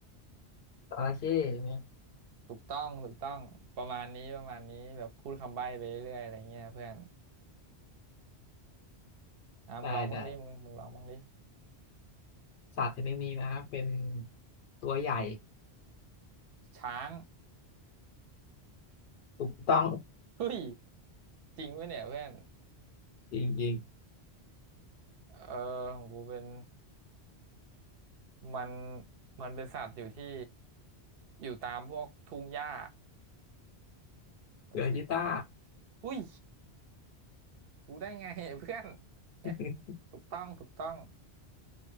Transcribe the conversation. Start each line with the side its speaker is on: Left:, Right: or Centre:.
Left: จระเข้เนี่ย
Right: ถูกต้องถูกต้องประมาณนี้ประมาณนี้แบบพูดคำใบ้ไปเรื่อยๆอะไรเงี้ยเพื่อนอ่ะมึงลองบ้างดิมึงมึงลองบ้างดิ
Left: ได้ได้สัตว์ชนิดนี้นะเป็นตัวใหญ่
Right: ช้าง
Left: ถูกต้อง
Right: เฮ้ยจริงปะเนี่ยเพื่อน
Left: จริง
Right: เออของกูเป็นมันมันเป็นสัตว์อยู่ที่อยู่ตามพวกทุ่งหญ้า
Left: ๆเสือชีต้า
Right: เออ อุ้ยรู้ได้ไงเพื่อน <laughs>
Left: <laughs>
Right: ถูกต้องถูกต้อง